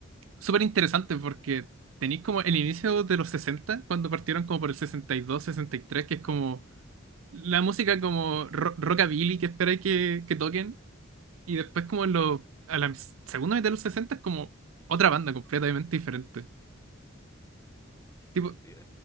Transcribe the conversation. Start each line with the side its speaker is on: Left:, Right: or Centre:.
Right: súper interesantes porque tenéis como el inicio de los 60 cuando partieron como por el sesenta sesenta y dos, sesenta y tres, que es como la música como ro- rockabilly que esperáis que, que toquen, y después como en los, a la segunda mitad de los 60 es como otra banda completamente diferente.
Left: <laughs>
Right: Tipo,
Left: Sí, o